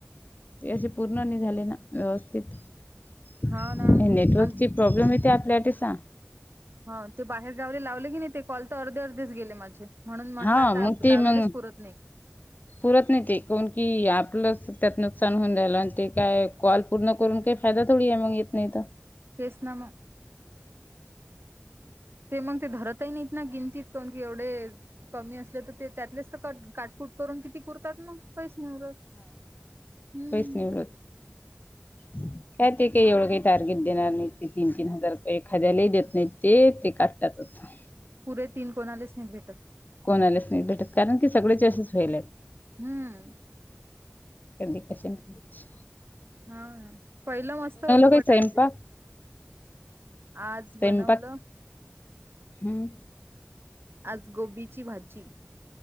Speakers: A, on the left; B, on the right.
A: ते असे पूर्ण नाही झाले ना व्यवस्थित नेटवर्कची.
B: हा ना आणि
A: प्रॉब्लेम येते आपल्यासाठी सांग.
B: हा ते बाहेर जावले लावले की नाही ते कॉल तर अर्धे अर्धेच गेले माझे. म्हणून म्हटलं
A: हा
B: आता
A: मग ते
B: लावायलाच
A: मग
B: पुरत नाही.
A: पुरत नाही ते कोण की आपलं त्यात नुकसान होऊन जाला आणि ते काय कॉल. पूर्ण करून का फायदा थोडी आहे मग इतना इत.
B: तेच ना मग. ते मग ते धरतही नाहीत ना गिंतीत कोण की एवढे कमी असले तर. ते त्यातलेच तर कट काटपुट करून किती कुरतात मग काहीच नाही उरत. हम्म.
A: पैच नाही उरत. हम <inaudible> काय ते काही एवढं काही टार्गेट देणार नाही ते तीन तीन हजार काही एखाद्यालाही देत नाही ते काढतात. थ <unintelligible>
B: पुरे तीन कोणालेच नघ भेटत.
A: कोण आलेच नाही भेटत कारण की सगळे जच वईल.
B: हम्म.
A: क कश ना कश.
B: हा पहिलं मस्त होतं
A: काही स्वयंपाक
B: टारगेट. आज
A: स्वयंपाक
B: बनवलं.
A: हम्म.
B: आज गोबीची भाजी.